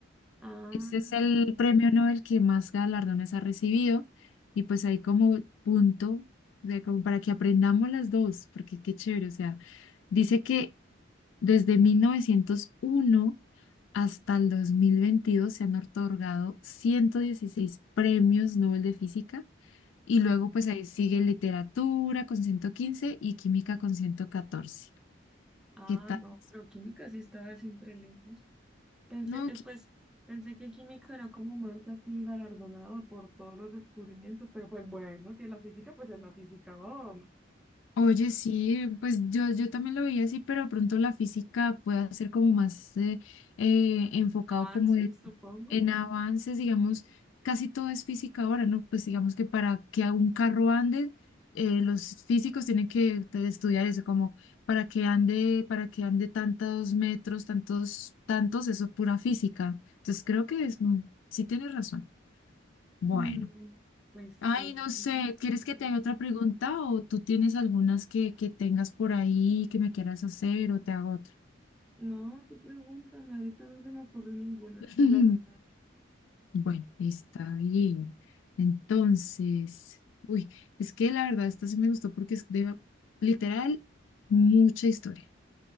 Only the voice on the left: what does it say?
Este es el premio Nobel que más galardones ha recibido y pues ahí como punto, o sea, como para que aprendamos las dos, porque qué chévere, o sea, dice que desde 1901 hasta el 2022 se han otorgado 116 premios Nobel de Física y luego pues ahí sigue literatura con 115 y química con 114.
¿Qué tal
eso?
No,
Oye, sí, pues yo, yo también lo veía así, pero de pronto la física puede ser como más eh, eh, enfocado
como en,
en avances, digamos, casi todo es física ahora, ¿no? Pues digamos que para que a un carro ande, eh, los físicos tienen que te- estudiar eso, como para que ande, para que ande tantos metros, tantos, tantos, eso es pura física. Entonces creo que es, mm, sí tienes razón. Bueno.
Ay,
no sé, ¿quieres que
te haga otra pregunta o tú tienes algunas que, que tengas por ahí que me quieras hacer o te hago otra?
<laughs>
Bueno, está bien. Entonces, uy, es que la verdad esta sí me gustó porque es de literal mucha historia.